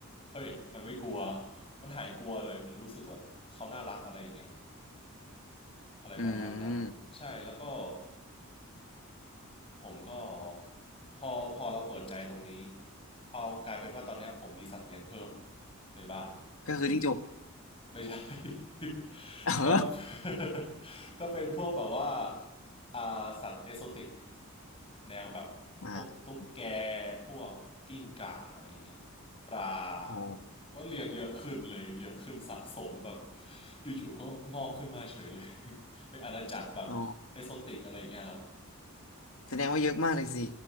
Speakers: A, on the left (about 25°); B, on the left (about 70°).
A: เฮ้ยมันไม่กลัวมันหายกลัวเลยมันรู้สึกแบบเขาน่ารักอะไรอย่างเงี้ยอะไรประมาณนั้นใช่แล้วก็
B: อืม
A: ผมก็พอพอเราเปิดใจตรงนี้เอากลายเป็นว่าตอนเนี้ยผมมีสัตว์เลี้ยงเพิ่มในบ้าน
B: ก็คือจิ้งจก
A: ไม่ใช่ <laughs>
B: <laughs>
A: ก็ <laughs> ก็เป็นพวกแบบว่าอ่าสัตว์เอโซติกแนวแบบพวกตุ๊กแก
B: เอออ่า
A: พวกกิ้งก่าอะไรอย่างเงี้ยปลา
B: โอ้
A: ผมว่าเลี้ยงเยอะขึ้นเลยเยอะขึ้นสะสมแบบอยู่ๆก็งอกขึ้นมาเฉยเลย <laughs> เป็นอาณาจักรแบบเอโซติกอะไรอย่างเงี้ยครับ
B: อ๋อ แสดงว่าเยอะมากเลยสิ